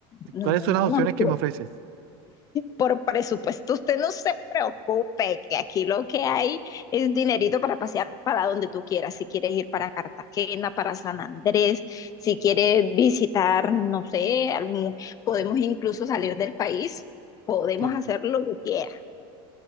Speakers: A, on the left; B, on the right.
A: No,
B: ¿Cuáles
A: no,
B: son
A: no,
B: las opciones que
A: por,
B: me ofreces?
A: por presupuesto usted no se preocupe, que aquí lo que hay es dinerito para pasear para donde tú quieras, si quieres ir para Cartagena, para San Andrés, si quieres visitar, no sé, algún, podemos incluso salir del país, podemos
B: Sí.
A: hacer lo que quieras.